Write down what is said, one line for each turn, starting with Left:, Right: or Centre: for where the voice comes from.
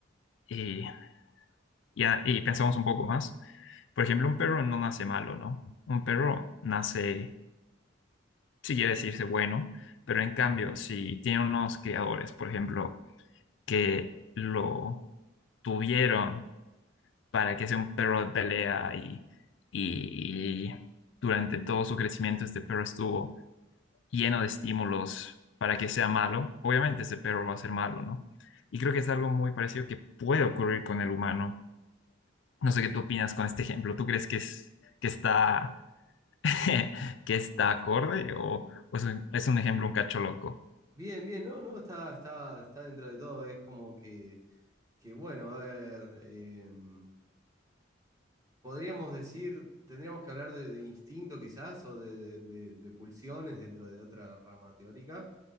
Left: y, y, a- y pensamos un poco más, por ejemplo, un perro no nace malo, ¿no? Un perro nace, si quiere decirse bueno, pero en cambio, si tiene unos criadores, por ejemplo, que lo tuvieron para que sea un perro de pelea y, y y durante todo su crecimiento este perro estuvo lleno de estímulos para que sea malo, obviamente ese perro va a ser malo, ¿no? Y creo que es algo muy parecido que puede ocurrir con el humano. No sé qué tú opinas con este ejemplo. ¿Tú crees que es que está <laughs> que está acorde
Right: Sí.
Left: o, o es un, es un ejemplo un cacho loco?
Right: Bien, bien, no, no, está, está, está dentro de todo, es como que, que bueno, a ver, em, podríamos decir, tendríamos que hablar de, de instinto quizás o de, de- de- de pulsiones dentro de otra rama teórica,